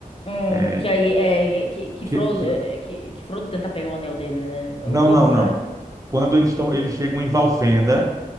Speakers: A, on the left (about 40°); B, on the right (about 20°).
A: hum,
B: É,
A: que aí é, que, que
B: que,
A: Frodo,
B: que-
A: é,
B: que-
A: que, que Frodo tenta pegar o anel dele, né?
B: não,
A: Ou, ou
B: não,
A: ao contrário.
B: não. Quando eles estão, eles chegam em Valfenda